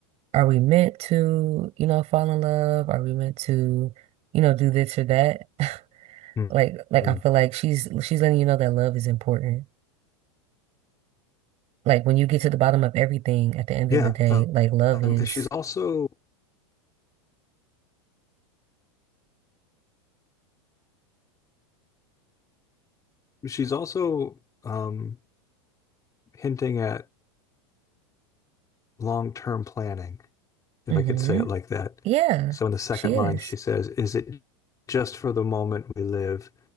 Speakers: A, on the right (about 45°); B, on the left (about 20°).
A: are we meant to, you know, fall in love? Are we meant to, you know, do this or that? <laughs>
B: hmm,
A: Like, like
B: hmm.
A: I feel like she's she's letting you know that love is important. Like when you get to the bottom of everything at the end
B: yeah.
A: of the day,
B: uh,
A: like love
B: Um,
A: is,
B: she's also she's also um hinting at long-term planning, if
A: hmm
B: I could say it like that.
A: Yeah,
B: So in the second
A: she is.
B: line, she says, "Is it just for the moment we live?